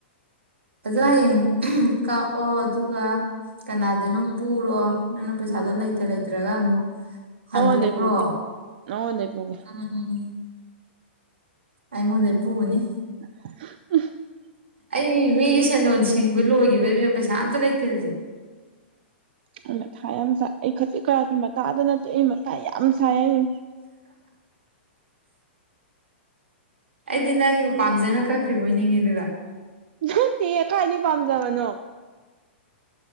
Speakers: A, on the right; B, on the right.
A: ꯐꯖ ꯍꯌꯦꯡ ꯀꯛꯑꯣ ꯑꯗꯨꯒ ꯀꯅꯥꯗꯩꯅꯣꯝ ꯄꯨꯔꯣ ꯅꯪꯅ ꯄꯩꯁꯥꯗꯣ ꯂꯩꯇ ꯂꯩꯇ꯭ꯔꯒ ꯑꯃꯨꯛ ꯍꯟꯇꯣꯛꯈ꯭ꯔꯣ
B: ꯅꯉꯣꯟꯗꯩ ꯄꯨꯒꯦ ꯅꯉꯣꯟꯗꯩ ꯄꯨꯒꯦ
A: ꯎꯝ ꯑꯩꯉꯣꯟꯗꯩꯩ ꯄꯨꯅꯤ
B: <unintelligible>
A: ꯑꯩ ꯃꯤꯒꯤ ꯁꯦꯟꯗꯣꯟꯁꯤꯡꯗꯨ ꯂꯣꯏꯈꯤꯕ ꯏꯕꯦꯝ ꯄꯩꯁꯥ ꯑꯝꯇ ꯂꯩꯇꯦ ꯍꯧꯖꯤꯛ
B: ꯑꯩ ꯃꯊꯥ ꯌꯥꯝ ꯁꯥꯏ ꯑꯩ ꯈꯖꯤꯛ ꯈꯔꯥꯛꯀꯤ ꯃꯊꯥꯗ ꯅꯠꯇꯦ ꯑꯩ ꯃꯊꯥ ꯌꯥꯝ ꯁꯥꯏ ꯍꯥꯏꯖꯤꯅꯤ꯫
A: ꯑꯩꯗꯤ ꯅꯪꯒꯤ ꯄꯥꯝꯖꯅ ꯀꯛꯈ꯭ꯔꯤꯕꯣ ꯅꯤꯡꯉꯤ ꯑꯗꯨꯒ꯫
B: ꯑ ꯅꯠꯇꯦ ꯀꯥꯏꯗꯩ ꯄꯥꯝꯖꯕꯅꯣ